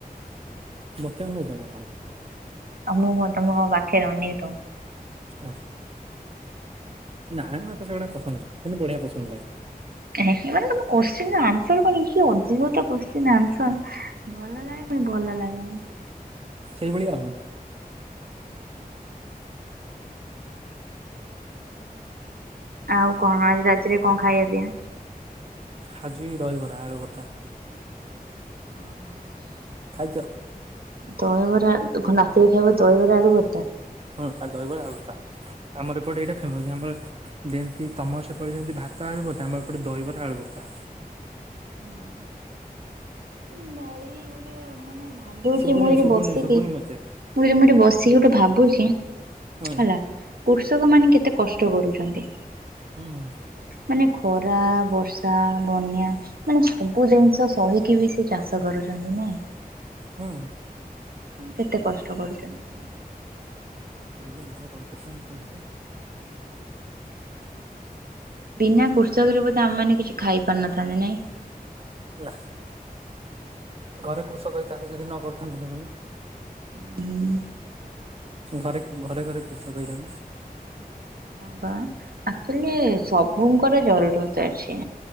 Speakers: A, on the right (about 40°); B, on the right (about 75°).
A: ମତେ ଅନାଉଛ ନା କଣ?
B: ଆ ମୁଁ କଣ ତମ କଣ ପାଖରେ ଅନେଇକ?
A: ଓ ନା ଆମ ମତେ ସେଗୁଡା ପସନ୍ଦ ନ କିନ୍ତୁ ବଢିଆ ପସନ୍ଦ ଲାଗେ।
B: ମାନେ ତମ କୋ୍ଚି ଆନ୍ସର କଣ ଅଧଗତ କୋ୍ଚି ଆନ୍ସର। ଭଲ ଲାଗେ ପୁଣି ଭଲ ଲାଗେନାଇ।
A: ସେଇଭଳିଆ ଆଉ।
B: ଆଉ କଣ ଆଜି ରାତିରେ କଣ ଖାଇବା ପିଇବା।
A: ହାଜି ଦହିିବରା ଆଳୁ ଭର୍ତା।
B: ଓହୋ।
A: ଖାଇଛ।
B: ଦହିବରା ରାତିରେ ଖାଇବ ଦହିବରା ଆଡୁ ବରଟା।
A: ହଁ ଆଉ ଦହିବଳି ଆଲୁଭର୍ତ୍ତା ଆମର ଏପଟେ ଏଇଟା? ଫେମସ୍ ଯେ ଆମର ଯେମିତି ତମାସ ପଡ଼େ ଯେମିତି ଭାତ ଆଳୁବର୍ତା ଆମର ଏପଟେ ଦହିବରା ଆଳୁବର୍ତ୍ତା।
B: ହୁଁ। ଉଁ ଭାଇ ଗୋଟେ ମାନେ ଭାବୁଛି
A: ଶୁଭୁନି
B: ମୁଁ ଏଠ
A: ଶୁଭୁନି
B: ବସିକି।
A: ଶୁଭୁନି ମତେ
B: ମୁଁ ଯ ମୁଁ ଏଠି ବସିକି ଗୋଟେ ଭାବୁଛି
A: ହୁଁ
B: ହେଲା। କୃଷକ ମାନ କେତେ କଷ୍ଟ କରୁଛନ୍ତି।
A: ହୁଁ ହୁଁ।
B: ମାନେ ଖରା ବର୍ଷା ବନ୍ୟା ମାନେ ସବୁ ଜିନିଷ ସହି। କିବିସି ଚାଷ କରୁଛନ୍ତି ନାଇଁ।
A: ହଁ।
B: କେତେ କଷ୍ଟ କରୁଛନ୍ତି କ
A: ଭୁଲୁନୁ <unintelligible> ଗଳି ପଡ଼ିଥାନ୍ତି ପନ୍ଦର ଟା।
B: ବିନା କୃଷକରେ ବୋଧେ ଆମ ମାନେ କିଛି ଖାଇ ପାରି ନ ଥାନ୍ତି ନାଇଁ।
A: ହେଲା ଘରେ କୃଷକ ଯଦି ଥାନ୍ତି ଯଦି ନ କରିଥାନ୍ତି ସେମାନେ
B: ହୁଁ।
A: ଘରେ, ଘରେ ଘରେ କୃଷକ ହେଇଥାନ୍ତେ।
B: ବା ଅକ୍ଚୁଆଲି ସବୁଙ୍କର ଜରୁରତ ଅଛି।